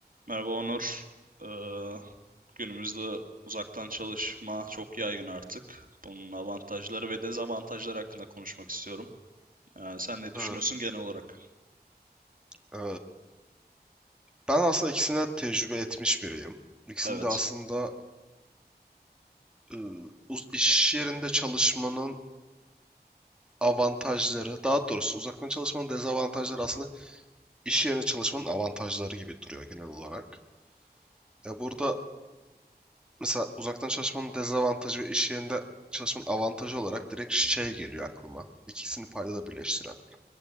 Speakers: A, on the right; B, in the centre.
A: Merhaba Onur. Ee, günümüzde uzaktan çalışma çok yaygın artık. Bunun avantajları ve dezavantajları hakkında konuşmak istiyorum. Ee, sen ne düşünüyorsun
B: Ee,
A: genel olarak?
B: e, ben aslında ikisini de tecrübe etmiş biriyim. İkisini
A: Evet.
B: de aslında e, uz- iş yerinde çalışmanın avantajları, daha doğrusu uzaktan çalışmanın dezavantajları aslında iş yerine çalışmanın avantajları gibi duruyor genel olarak. Ya burada mesela uzaktan çalışmanın dezavantajı ve iş yerinde çalışmanın avantajı olarak direkt şey geliyor aklıma. İkisini paydada birleştiren.